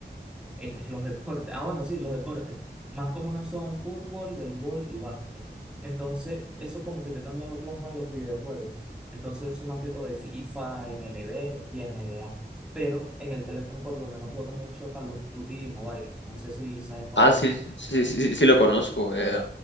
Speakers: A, in the centre; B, on the left (about 85°).
A: este, los deportes. Ah, bueno, sí, los deportes. Más comunes son fútbol, béisbol y básquet. Entonces, eso como que yo también lo plasmo en los videojuegos. Entonces, yo soy más que todo de FIFA, m l b y n B a Pero en el teléfono por lo menos juego mucho Call of Duty y Mobile. No sé si sabes cuál
B: Ah,
A: es.
B: sí, sí, sí, sí, sí lo conozco. eh,